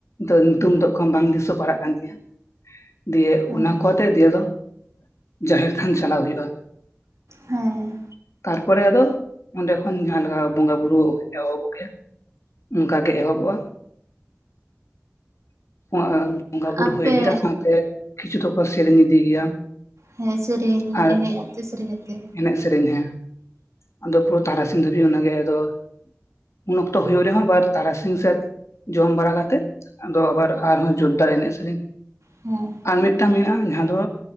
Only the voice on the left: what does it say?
ᱫᱚ ᱧᱩᱛᱩᱢ ᱫᱚ ᱮᱠᱷᱚᱱ ᱵᱟᱝ ᱫᱤᱥᱟᱹ ᱯᱟᱨᱟᱜ ᱠᱟᱱ ᱜᱤᱧᱟ᱾ ᱫᱤᱭᱮ
ᱚᱱᱟ ᱠᱚ ᱟᱛᱮᱫ ᱫᱤᱭᱮ ᱟᱫᱚ ᱡᱟᱦᱮᱨ ᱛᱷᱟᱱ ᱪᱟᱞᱟᱣ ᱦᱩᱭᱩᱜᱼᱟ᱾
ᱛᱟᱨᱯᱚᱨᱮ ᱟᱫᱚ ᱚᱱᱰᱮ ᱠᱷᱚᱱ ᱡᱟᱦᱟᱸ ᱞᱮᱠᱟ ᱵᱚᱸᱜᱟ ᱵᱩᱨᱩ ᱮᱦᱚᱵᱚᱜ ᱜᱮᱭᱟ᱾ ᱚᱱᱠᱟ ᱜᱮ ᱮᱦᱚᱵᱚᱜᱼᱟ᱾ <unintelligible> ᱵᱚᱸᱜᱟ ᱵᱩᱨᱩ
ᱦᱩᱭ ᱤᱫᱤᱜᱼᱟ ᱥᱟᱶᱛᱮ ᱠᱤᱪᱷᱩ ᱫᱚᱠᱚ ᱥᱮᱨᱮᱧ ᱤᱫᱤ ᱜᱮᱭᱟ᱾
ᱟᱨ
ᱮᱱᱮᱡ ᱥᱮᱨᱮᱧ ᱦᱮᱸ ᱟᱫᱚ ᱯᱩᱨᱟᱹ ᱛᱟᱨᱟᱥᱤᱧ ᱫᱷᱟᱹᱵᱤᱡ ᱚᱱᱟᱜᱮ ᱟᱫᱚ᱾ ᱩᱱ ᱚᱠᱛᱚ ᱦᱩᱭᱩᱜ ᱨᱮᱦᱚᱸ ᱟᱵᱟᱨ ᱛᱟᱨᱟᱥᱤᱧ ᱥᱮᱫ ᱡᱚᱢ ᱵᱟᱲᱟ ᱠᱟᱛᱮᱜ ᱟᱫᱚ ᱟᱵᱟᱨ ᱟᱨᱦᱚᱸ ᱡᱳᱨᱫᱟᱨ ᱮᱱᱮᱡ ᱥᱮᱨᱮᱧ
ᱟᱨ ᱢᱤᱫᱴᱟᱝ ᱢᱮᱱᱟᱜᱼᱟ ᱡᱟᱦᱟᱸ ᱫᱚ